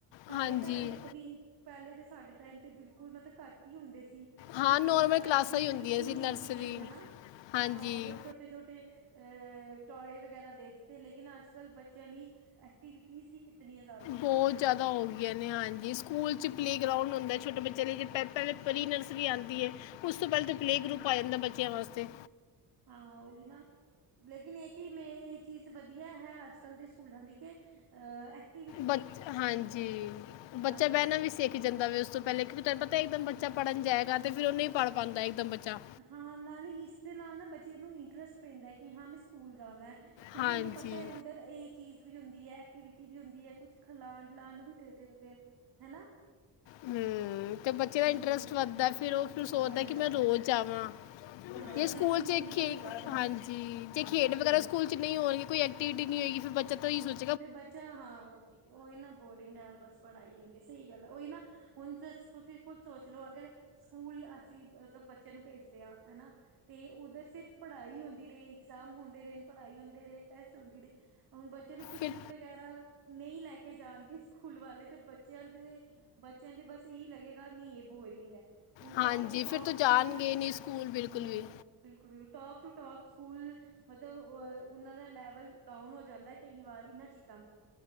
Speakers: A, on the right (about 55°); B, on the left (about 80°).
A: ਪਹਿਲੇ
B: ਹਾਂਜੀ
A: ਤਾਂ ਇੱਕ ਵੀ ਪਹਿਲੇ ਤੇ ਸਾਡੇ ਟਾਈਮ ਤੇ ਬਿਲਕੁਲ ਮਤਲਬ ਘੱਟ ਹੀ ਹੁੰਦੇ ਸੀ।
B: ਹਾਂ
A: ਇਤਨੀ
B: ਨੋਰਮਲ
A: ਜ਼ਿਆਦਾ
B: ਕਲਾਸਾਂ
A: ਐਕਟੀਵਿਟੀਜ
B: ਹੀ ਹੁੰਦੀਆਂ
A: ਵੀ ਨੀ
B: ਨਰਸਰੀ
A: ਹੁੰਦੀ ਸੀ ਹਨਾ
B: ਹਾਂਜੀ
A: ਹਾਂ ਬਸ ਛੋਟੇ-ਛੋਟੇ ਐ ਟੋਏ ਵਗੈਰਾ ਦੇ ਦਿੱਤੇ, ਲੇਕਿਨ ਅੱਜ-ਕੱਲ ਬੱਚਿਆਂ ਲਈ ਐਕਟੀਵਿਟੀ ਕਿਤਨੀਆਂ
B: ਬਹੁਤ ਜ਼ਿਆਦਾ ਹੋ ਗਈਆਂ ਨੇ ਹਾਂਜੀ, ਸਕੂਲ ਚ ਪਲੇਅ ਗਰਾਉਂਡ ਹੁੰਦਾ ਛੋਟੇ ਬੱਚਿਆਂ ਲਈ ਜੇ ਪ ਪਹਿਲਾਂ ਪ੍ਰੀ-ਨਰਸਰੀ ਆਂਦੀ ਏ, ਉਸ ਤੋਂ ਪਹਿਲਾਂ ਤਾਂ ਪਲੇਅ-ਗਰੁੱਪ ਆ ਜਾਂਦਾ ਏ। ਬਚਿਆਂ ਵਾਸਤੇ
A: ਹਾਂ, ਓਹੀ ਨਾ ਲੇਕਿਨ ਇਹ ਕਿ, ਮੇ ਇਹ ਚੀਜ਼ ਵਧੀਆ ਹੈ। ਅੱਜ-ਕੱਲ੍ਹ ਦੇ ਸਕੂਲਾਂ ਦੀ, ਕਿ ਅ ਏ
B: ਬ ਹਾਂਜੀ, ਬੱਚਾ
A: ਹਾਂਜੀ
B: ਬਹਿਣਾ ਵੀ ਸਿੱਖ ਜਾਂਦਾ ਵੇ ਉਸ ਤੋਂ ਪਹਿਲਾਂ ਕਿਉਂਕਿ ਤੈਨੂੰ ਪਤਾ ਇੱਕਦਮ ਬੱਚਾ ਪੜ੍ਹਨ ਜਾਏਗਾ, ਤੇ ਫਿਰ ਉਹ ਨਹੀਂ ਪੜ੍ਹ ਪਾਉਂਦਾ ਇੱਕਦਮ ਬੱਚਾ।
A: ਹਾਂ, ਨਾਲੇ ਇਸਦੇ ਨਾਲ ਨਾ ਬੱਚੇ ਨੂੰ ਇੰਟਰਸਟ ਪੈਂਦਾ ਏ ਕਿ ਹਾਂ, ਮੈਂ ਸਕੂਲ ਜਾਣਾ। ਕਿਉਂਕਿ
B: ਹਾਂਜੀ
A: ਉਹਨੂੰ ਪਤਾ ਹੈ ਉਧਰ ਏ ਚੀਜ਼ ਵੀ ਹੁੰਦੀ ਐ, ਐਕਟੀਵਿਟੀ ਵੀ ਹੁੰਦੀ ਐ, ਕੁਛ ਖਲਾਣ ਪਲਾਨ ਨੁ ਵੀ ਦੇ ਦਿੰਦੇ, ਹੈਨਾ
B: ਹਮ, ਤੇ ਬੱਚੇ ਦਾ
A: ਹਮ
B: ਇੰਟਰਸਟ ਵੱਧਦਾ, ਫਿਰ ਉਹ ਫ ਸੋਚਦਾ
A: ਵੱਧਦਾ
B: ਕਿ ਮੈਂ
A: ਹੈ।
B: ਰੋਜ਼ ਜਾਵਾਂ।
A: ਹਾਂ
B: ਜੇ
A: ਸਿਟਿੰਗ
B: ਸਕੂਲ ਚ
A: ਹੁੰਦੀ
B: ਇੱਕਖੇ,
A: ਹੈ ਨਾ ਬੱਚੇ
B: ਹਾਂਜੀ।
A: ਦੀ
B: ਜੇ ਖੇਡ ਵਗੈਰਾ ਸਕੂਲ ਚ ਨਹੀਂ ਹੋਣਗੇ, ਕੋਈ ਐਕਟੀਵਿਟੀ ਨਹੀਂ ਹੋਗੀ, ਫਿਰ ਬੱਚਾ ਤਾਂ ਹੀ ਸੋਚ
A: ਫੇਿਰ ਬੱਚਾ ਹਾਂ, ਓਹੀ ਨਾ ਬੋਰਿੰਗ ਹੈ! ਬਸ ਪੜ੍ਹਾਈ ਹੁੰਦੀ ਸਹੀ ਗੱਲ ਹੈ, ਉਹੀ ਨਾ ਹੁਣ ਤੁਸੀਂ ਖੁਦ ਸੋਚ ਲਓ ਅਗਰ ਸਕੂਲ ਅਸੀਂ ਮਤਲਬ ਬੱਚਿਆਂ ਨੂੰ ਭੇਜਦੇ ਹਾਂ! ਹਨਾ ਤੇ ਉੱਧਰ ਸਿਰਫ ਪੜ੍ਹਾਈ ਹੁੰਦੀ ਰਹੀ, ਇਗਜ਼ਾਮ ਹੁੰਦੇ ਰਹੇ, ਪੜ੍ਹਾਈ ਹੁੰਦੇ ਰਹੇ, ਟੈਸਟ ਹੁੰਦੀ ਰ ਹੁਣ ਬੱਚਿਆਂ ਨੂੰ ਪਿਕਨਿਕ
B: ਫਿਰ
A: ਵਗੈਰਾ ਨਹੀਂ ਲੈ ਕੇ ਜਾਣਗੇ ਸਕੂਲ ਵਾਲੇ ਤੇ ਬੱਚਿਆਂ ਦੇ ਬੱਚਿਆਂ ਤੇ ਬਸ ਇਹੀ ਲੱਗੇਗਾ ਨੀ ਇਹ ਬੋਰਿੰਗ ਹੈ! ਹੁਣ
B: ਹਾਂਜੀ
A: ਟੋਪ ਟੂ ਟੋਪ
B: ਫਿਰ ਤੋਂ
A: ਸਕੂਲ,
B: ਜਾਣਗੇ ਨਹੀਂ ਸਕੂਲ ਬਿਲਕੁਲ
A: ਹਮ
B: ਵੀ
A: ਬਿਲਕੁਲ, ਬਿਲਕੁਲ, ਟੋਪ ਟੂ ਟੋਪ ਸਕੂਲ ਮਤਲਬ ਅ ਉਹਨਾਂ ਦਾ ਲੈਵਲ ਡਾਊਨ ਹੋ ਜਾਂਦਾ ਕਈ ਵਾਰ ਇਹਨਾਂ ਚੀਜ਼ਾਂ ਤੋਂ